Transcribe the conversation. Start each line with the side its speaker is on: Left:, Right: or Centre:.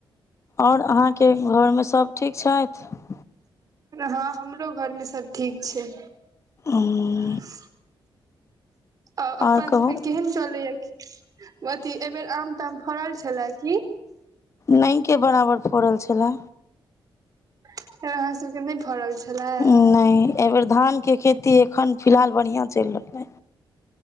Left: आओर अहाँके घरमे सभ ठीक छथि
Right: हाँ हमरो घर मे सभ ठीक छै
Left: ह
Right: आ
Left: <inaudible>
Right: <inaudible> आ अपन
Left: आओर कहू
Right: सबके केहन चलैया अथी एहि बेेर आम ताम फड़ल छलए की
Left: नै के बराबर फड़ल छलए
Right: एबेर अहाँ सबके नहि फरल छलए
Left: नइ एहिबेर धानके खेती एखन फिलहाल बढ़िआँ चैल रहलै